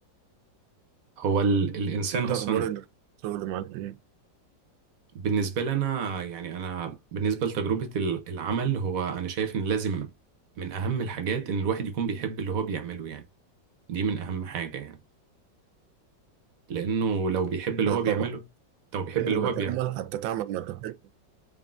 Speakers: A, on the right; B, on the right.
A: هو ال... الانسان
B: انت
A: اصلا
B: اخبار الشغل معاك ايه؟
A: بالنسبة لنا يعني انا بالنسبة لتجربة ال- العمل هو انا شايف ان لازم من اهم الحاجات ان الواحد يكون بيحب اللي هو بيعمله يعني دي من أهم حاجة يعني لأنه لو بيحب اللي
B: آه،
A: هو بيعمله
B: طبعا
A: لو بيحب
B: تحب
A: اللي
B: ما
A: هو
B: تعمل
A: بيعمله
B: حتى تعمل ما تحب